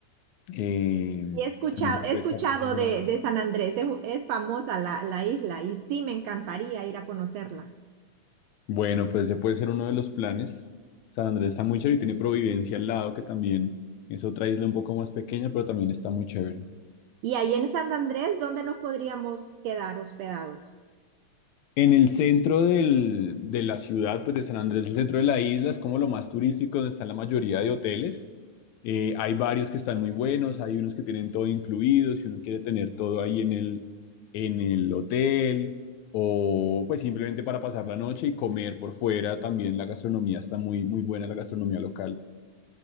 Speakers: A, on the left; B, on the right.
A: Eh,
B: Y he escuchado,
A: también se puede
B: he escuchado
A: Cartagena.
B: de, de San Andrés, es, es famosa la, la isla y sí me encantaría ir a conocerla.
A: Bueno, pues ese puede ser uno de los planes. San Andrés está muy chévere y tiene Providencia al lado, que también es otra isla un poco más pequeña, pero también está muy chévere.
B: Y ahí en San Andrés, ¿dónde nos podríamos quedar hospedados?
A: En el centro del- de la ciudad, pues de San Andrés, el centro de la isla, es como lo más turístico, donde están la mayoría de hoteles. Eh, hay varios que están muy buenos, hay unos que tienen todo incluido, si uno quiere tener todo ahí en el, en el hotel, o pues simplemente para pasar la noche y comer por fuera, también la gastronomía está muy, muy buena, la gastronomía local.